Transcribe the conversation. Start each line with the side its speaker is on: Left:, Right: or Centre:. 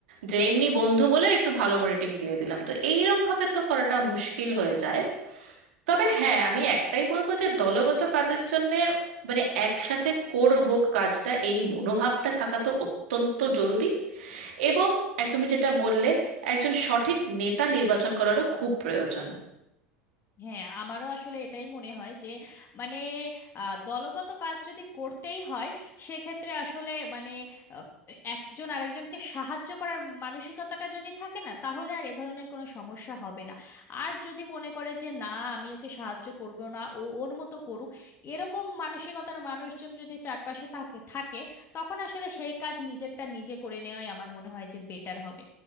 Right: যে এমনি বন্ধু বলে একটু ভালো রেটিং দিয়ে দিলাম তো এইরকম ভাবে তো করাটা মুশকিল হয়ে যায় তবে হ্যাঁ আমি একটাই বলবো যে দলগত কাজের জন্য মানে একসাথে করব কাজটা এই মনোভাবটা থাকা তো অত্যন্ত জরুরি এবং এক- তুমি যেটা বললে একজন সঠিক নেতা নির্বাচন করারও খুব প্রয়োজন
Left: হ্যাঁ আমারও আসলে এটাই মনে হয় যে মানে আহ, দলগত কাজ যদি করতেই হয় সেক্ষেত্রে আসলে মানে আহ, একজন আরেকজনকে সাহায্য করার মানসিকতাটা যদি থাকে না তাহলে আর এ ধরনের কোনো সমস্যা হবে না আর যদি মনে করে যে না আমি ওকে সাহায্য করব না ও ওর মতো করুক এরকম মানসিকতার মানুষজন যদি চারপাশে থাকে থাকে তখন আসলে সেই কাজ নিজেরটা নিজে করে নেওয়াই আমার মনে হয় যে বেটার হবে